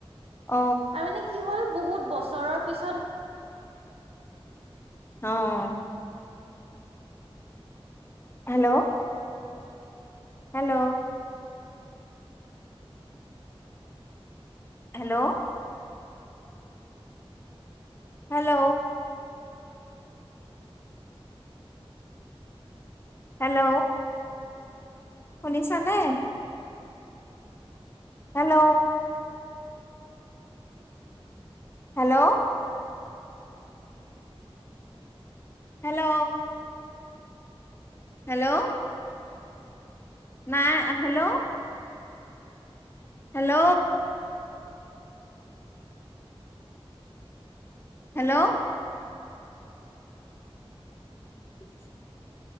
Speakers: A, on the left; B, on the right.
A: অ
B: তাৰ মানে কি হ'ল বহুত বছৰৰ পিছত
A: অ'। Hello. Hello. Hello. Hello. Hello! শুনিছা নে? হেল্ল! হেল্ল! হেল্ল! হেল্ল! নাই আ, হেল্ল! হেল্ল! হেল্ল! <inaudible>